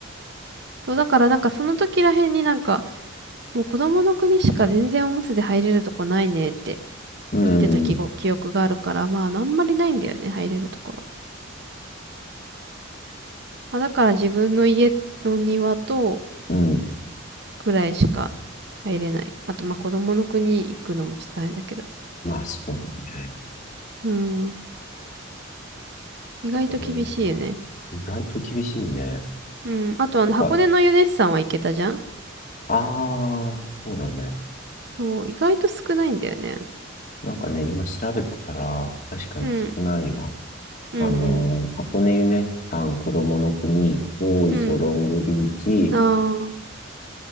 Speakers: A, on the right; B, on the left.
A: そうだからなんかその時らへんになんかもう子供の国しか全然おむつで入れるとこないねって
B: うん、
A: 言ってた記憶、記憶があるからまああんまりないんだよね入れるところ。まあ、だから自分の家の庭と
B: うん。
A: くらいしか入れない。あと、まあ、子供の国行くのもちょっと大変だけど。
B: まあ、そうだね。
A: うん。意外と厳しいよね。
B: うん意外と厳しいね。
A: うん。あと、あの、
B: てか、
A: 箱根のユネッサンは行けたじゃん
B: ああ、そうだね。
A: そう、意外と少ないんだよね。
B: なんかね、今調べてたら、確かに少ないわ。
A: うん。うん、
B: あのー、
A: うん。
B: 箱根ユネスさん、子供の国、大磯ロングビーチ、
A: うん。ああ。